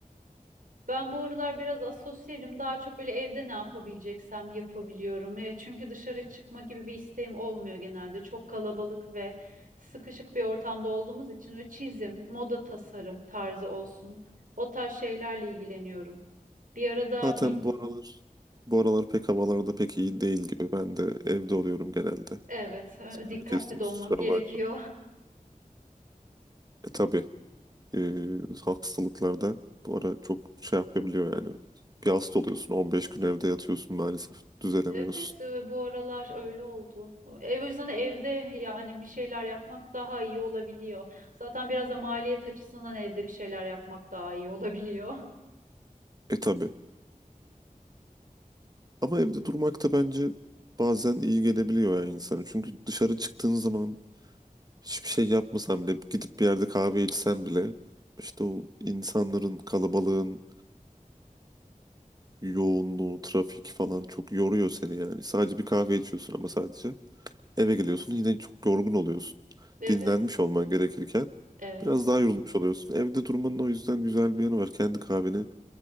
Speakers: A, on the right; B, on the right.
A: Ben bu aralar biraz asosyalim. Daha çok böyle evde ne yapabileceksem yapabiliyorum. E, çünkü dışarı çıkma gibi bir isteğim olmuyor genelde. Çok kalabalık ve sıkışık bir ortamda olduğumuz için ve çizim, moda tasarım tarzı olsun. O tarz şeylerle ilgileniyorum. Bir arada
B: Zaten
A: bil
B: bu aralar bu aralar pek havalarda pek iyi değil gibi. Ben de evde oluyorum genelde.
A: evet, <laughs> e,
B: Sözünü
A: dikkatli
B: kestim
A: de
B: kusura
A: olmak gerekiyor.
B: bakma.
A: <laughs>
B: E tabii e, hastalıklarda bu ara çok şey yapabiliyor yani. Bir hasta oluyorsun 15 gün evde yatıyorsun maalesef. Düzelemiyorsun.
A: Evet, e, bu aralar öyle oldu. Ev o yüzden evde yani bir şeyler yapmak daha iyi olabiliyor. Zaten biraz da maliyet açısından evde bir şeyler yapmak daha iyi olabiliyor.
B: E tabii. Ama evde durmak da bence bazen iyi gelebiliyor yani insana. Çünkü dışarı çıktığın zaman hiçbir şey yapmasan bile gidip bir yerde kahve içsen bile işte o insanların kalabalığın e, yoğunluğu, trafik falan çok yoruyor seni yani. Sadece bir kahve içiyorsun ama sadece. Eve geliyorsun yine çok yorgun oluyorsun.
A: Evet,
B: Dinlenmiş olman gerekirken
A: evet.
B: biraz daha yorulmuş oluyorsun. Evde durmanın o yüzden güzel bir yanı var. Kendi kahveni